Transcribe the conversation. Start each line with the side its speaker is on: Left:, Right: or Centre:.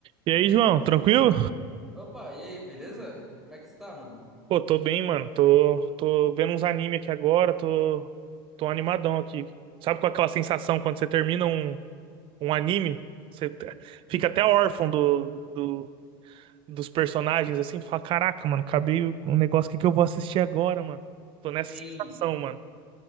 Right: E aí, João, tranquilo?
Centre: Opa, e aí, beleza? Como é que você tá, mano?
Right: Pô, tô bem, mano. Tô, tô vendo uns anime aqui agora, tô, tô animadão aqui. Sabe com aquela sensação quando você termina um, um anime? Você te- fica até órfão do, do- dos personagens, assim, fala, caraca, mano, acabei o um negócio, o que que eu vou assistir agora, mano? Tô nessa
Centre: Sei,
Right: sensação, mano.